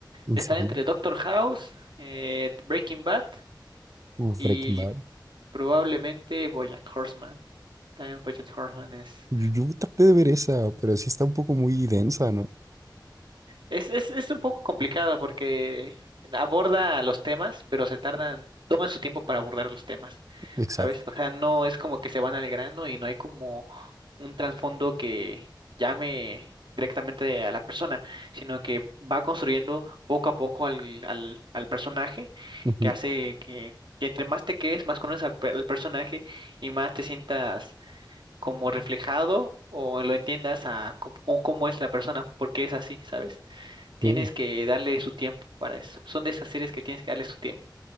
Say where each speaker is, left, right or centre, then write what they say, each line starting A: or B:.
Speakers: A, on the right (about 45°); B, on the right (about 80°).
A: en
B: Está
A: serio,
B: entre Doctor House, eh, Breaking Bad
A: uh,
B: y
A: Breaking Bad.
B: probablemente BoJack Horseman. También BoJack Horseman es,
A: Yo, yo traté de ver esa, pero sí está un poco muy densa, ¿no?
B: Es, es, es un poco complicado porque aborda los temas, pero se tardan, toman su tiempo para abordar los temas,
A: Exacto.
B: ¿sabes? O sea, no es como que se van al grano y no hay como un trasfondo que llame directamente a la persona, sino que va construyendo poco a poco al, al, al personaje,
A: Ujú.
B: que hace que, que entre más te quedes, más conoces al, per- al personaje y más te sientas como reflejado o lo entiendas a cómo, cómo es la persona, por qué es así, ¿sabes? Tienes
A: Ok.
B: que darle su tiempo para eso. Son de esas series que tienes que darle su tiempo.